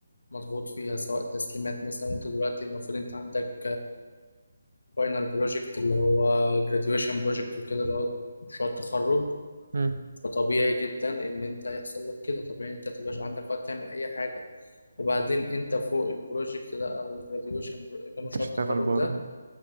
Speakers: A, on the left; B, on the right.
A: مضغوط فيها سواء تسليمات مثلا انت دلوقتي المفروض انت عندك فاينل بروجكت اللي هو graduation بروجكت وكده اللي هو مشروع التخرج
B: مم.
A: فطبيعي جدا ان انت يحصل لك كده طبيعي انت متبقاش عندك وقت تعمل اي حاجة وبعدين انت فوق البروجكت ده او الجراديويشن اللي هو مشروع
B: تشتغل
A: التخرج
B: برضه
A: ده